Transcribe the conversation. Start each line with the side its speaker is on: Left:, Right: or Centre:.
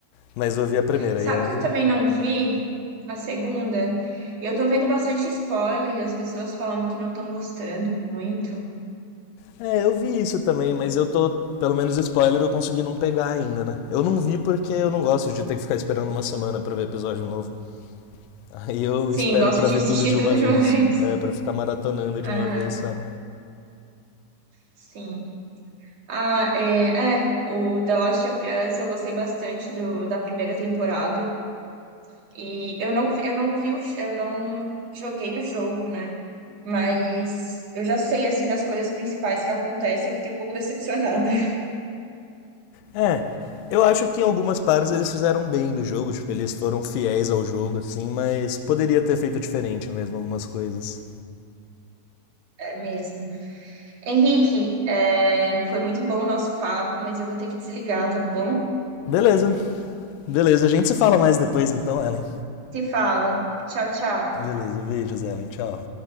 Left: mas eu vi a primeira,
Right: sabe
Left: e é
Right: que eu também não vi? A segunda. Eu tô vendo bastante spoiler, as pessoas falando que não estão gostando muito.
Left: É, eu vi isso também, mas eu tô. Pelo menos spoiler eu consegui não pegar ainda, né? Eu não vi porque eu não gosto de ter que ficar esperando uma semana pra ver episódio novo. <laughs> Aí eu
Right: Sim,
Left: espero
Right: gosto
Left: pra
Right: de
Left: ver
Right: assistir
Left: tudo de
Right: tudo
Left: uma vez.
Right: de uma <laughs> vez.
Left: É, pra ficar maratonando de
Right: Aham,
Left: uma vez só.
Right: sim. Ah, é, é, o The Last of Us eu gostei bastante do, da primeira temporada. E eu não, vi- eu não vi, o j- eu não joguei o jogo, né? Mas eu já sei, assim, das coisas principais que acontecem. Eu fiquei um pouco decepcionada, <laughs>
Left: É, eu acho que em algumas partes eles fizeram bem do jogo, tipo, eles foram fiéis ao jogo, assim, mas poderia ter feito diferente mesmo algumas coisas.
Right: é mesmo. Henrique, é, foi muito bom o nosso papo, mas eu vou ter que desligar, tá bom?
Left: Beleza, beleza. A gente se fala mais depois então, Ellen.
Right: Se fala. Tchau, tchau.
Left: Beleza, beijos, Ellen. Tchau.